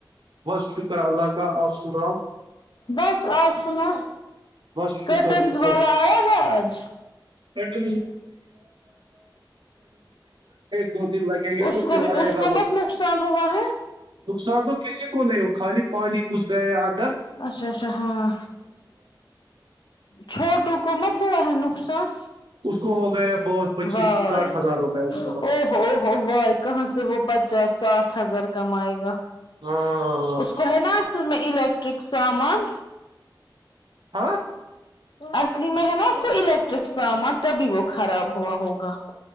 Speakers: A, on the right; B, on the left.
A: بس شکر اللہ کا آپ سناؤ
B: بس آپ ساں
A: بس
B: کرٹنز
A: شکر شکر
B: والا آیا تھا آج
A: <unintelligible> ایک دو دن لگے گے
B: اس
A: تو پھر
B: کو بھی
A: آئے
B: اس
A: گا
B: کو
A: وہ
B: مت نقصان ہوا ہے
A: نقصان تو کسی کو نہیں ہو خالی پانی گھس گیا ادر
B: اچھا اچھا ہاں چھوٹو کو مت ہوا ہیں نقصان
A: اس کو ہو گیا بہت پچیس
B: وائے
A: ساٹھ ہزار ہو گیا اس کو نقصان
B: او ہو ہو وائے کہاں سے وہ پچاس ساٹھ ہزار کمائے گا
A: ہاں
B: اس کو ہے نا سال میں الییکٹرک سامان
A: ہاں
B: اصلی میںح ہے نا اسکو الیکٹرک سامان تبھی وہ خراب ہوا ہوگا